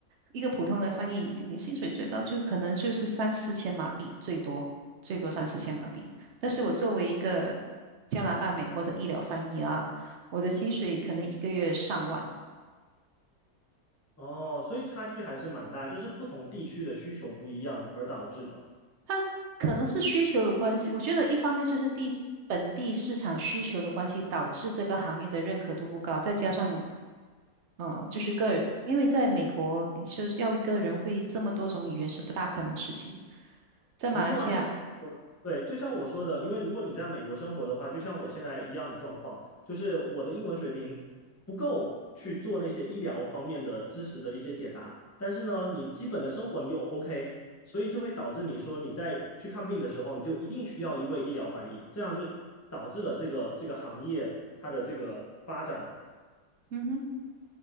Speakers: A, on the right; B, on the left.
A: 一个普通的翻译，你薪水最高就可能就是三四千马币，最多最多三四千马币。但是我作为一个加拿大、美国的医疗翻译啊，我的薪水可能一个月上万。
B: 哦，所以差距还是蛮大，就是不同地区的需求不一样而导致的。
A: 它可能是需求的关系，我觉得一方面就是地本地市场需求的关系，导致这个行业的认可度不高，再加上呃，就是个，因为在美国，你就是要一个人会这么多种语言是不大可能的事情，在马来西亚，
B: 没错啊，就像我说的对，就像我说的，因为如果你在美国生活的话，就像我现在一样的状况，就是我的英文水平不够去做那些医疗方面的知识的一些解答，但是呢，你基本的生活你又 OK，所以就会导致你说你在去看病的时候，你就一定需要一位医疗翻译，这样就导致了这个这个行业它的这个发展。了。
A: 嗯哼。